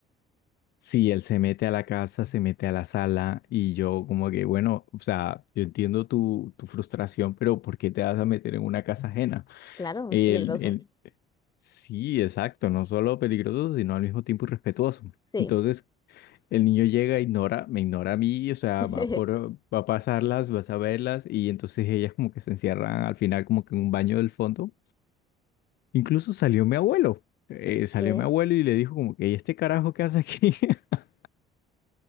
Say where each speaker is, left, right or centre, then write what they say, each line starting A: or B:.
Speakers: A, on the left; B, on the left.
A: Sí, él se mete a la casa, se mete a la sala y yo como que, bueno, o sea, yo entiendo tu, tu frustración, pero ¿por qué te vas a meter en una casa ajena?
B: Claro,
A: El,
B: es peligroso.
A: el, sí, exacto, no solo peligroso, sino al mismo tiempo irrespetuoso.
B: Sí.
A: Entonces el niño llega, ignora, me ignora a mí, o sea,
B: <laughs>
A: va por, va a pasarlas, vas a verlas y entonces ellas como que se encierran al final como que en un baño del fondo Incluso salió mi abuelo. eh, salió
B: Sí,
A: mi abuelo y le dijo como que, ¿y este carajo qué hace aquí? <laughs>